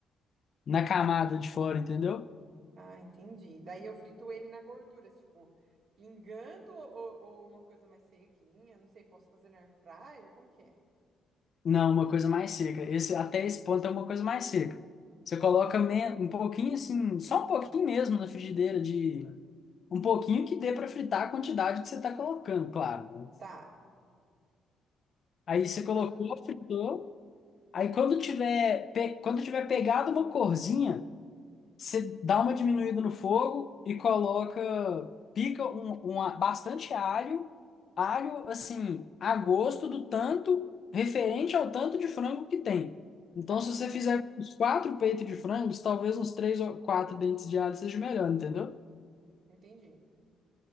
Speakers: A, on the left (about 55°); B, on the right (about 65°).
A: na camada de fora, entendeu?
B: ah, entendi. Daí eu frito ele na gordura, tipo, pingando ou, ou uma coisa mais sequinha, não sei, posso fazer na air fryer, como que é?
A: Não, uma coisa mais seca. Esse, até esse ponto é uma coisa mais seca. Você coloca me- um pouquinho assim, só um pouquinho mesmo na frigideira de... Um pouquinho que dê para fritar a quantidade que você está colocando, claro. né?
B: Tá,
A: Aí
B: pra não
A: você
B: grudar
A: colocou,
B: tudo.
A: fritou... Aí quando tiver, pe- quando tiver pegado uma corzinha, você dá uma diminuída no fogo e coloca, pica um, um a- bastante alho, alho assim, a gosto do tanto, referente ao tanto de frango que tem. Então,
B: Tá,
A: se você fizer uns quatro peitos de frangos, talvez uns três ou quatro dentes de alho seja melhor, entendeu?
B: entendi.